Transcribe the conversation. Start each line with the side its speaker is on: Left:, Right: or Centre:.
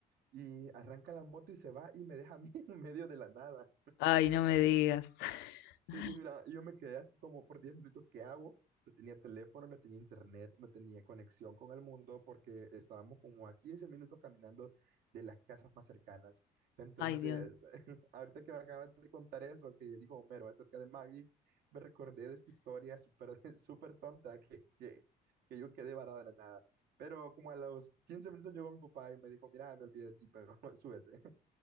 Right: Y arranca la moto y se va y me deja a mí <laughs> en medio de la nada.
Left: Ay, no me digas.
Right: Sí,
Left: <laughs>
Right: y mira, yo me quedé así como por 10 minutos, ¿qué hago? No tenía teléfono, no tenía internet, no tenía conexión con el mundo porque estábamos como a 15 minutos caminando de las casas más cercanas. Entonces,
Left: Ay, Dios.
Right: <laughs> ahorita que me acabas de contar eso, que dijo Homero acerca de Maggie, me recordé de esa historia súper <laughs> súper tonta que, que, que yo quedé varado en la nada. Pero como a los 15 minutos llegó mi papá y me dijo, mira, me olvidé de ti, pero <laughs> súbete.